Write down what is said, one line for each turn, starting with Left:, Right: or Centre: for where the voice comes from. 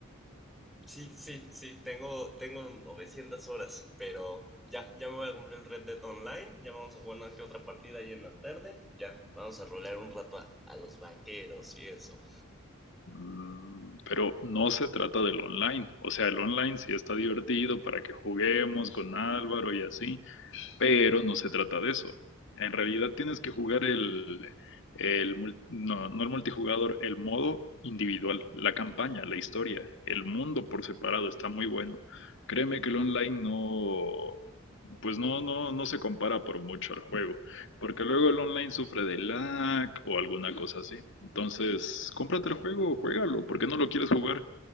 Centre: Sí, sí, sí, tengo, tengo 900 horas, pero ya, ya me voy a comprar el Red Dead Online, ya vamos a jugar una que otra partida ahí en la tarde, ya, vamos a rolear un rato a, a los vaqueros y eso.
Left: Mm, Pero no se trata del online. O sea, el online sí está divertido para que juguemos con Álvaro y así pero no se trata de eso. En realidad tienes que jugar el, el mul- no, no el multijugador, el modo individual, la campaña, la historia, el mundo por separado está muy bueno. Créeme que el online no, pues no, no, no se compara por mucho al juego, porque luego el online sufre de lag o alguna cosa así. Entonces, cómprate el juego, juégalo, ¿por qué no lo quieres jugar?